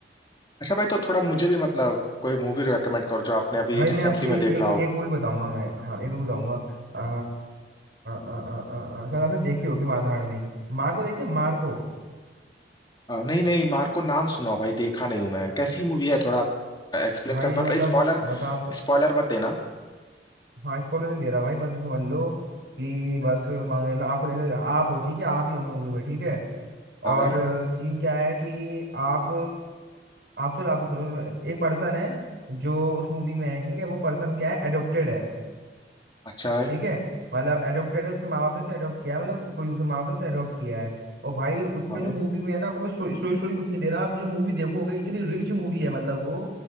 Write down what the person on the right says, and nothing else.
भाई मैं
आपको ए,
एक
एक मूवी बताऊंगा मैं हाँ एक मूवी बताऊंगा अ, अ, अ, अ, अ, अ, शायद आपने देखी होगी माँ धाड़ में माँ को देखिए मार को
भाई
मतलब
बता तो-
हाँ स्पॉइलर नहीं दे रहा भाई बस ये समझ लो कि बस मान लो आपको देखो आप हो ठीक है आप ही हो मूवी में ठीक है
और
सीन क्या है कि आप आप चलो आपको छोड़ो एक पर्सन है जो उस मूवी में है ठीक है वो पर्सन क्या है एडोप्टेड है
ठीक है मतलब एडोप्टेड है उसके माँ बाप ने से एडोप्ट किया है मतलब कोई दूसरे माँ बाप ने से एडोप्ट किया है और भाई उसमें
जो मूवी में है ना आपको मैं स्टोरी स्टोरी कुछ नहीं दे रहा आप जो मूवी देखोगे इतनी रिच मूवी है मतलब वो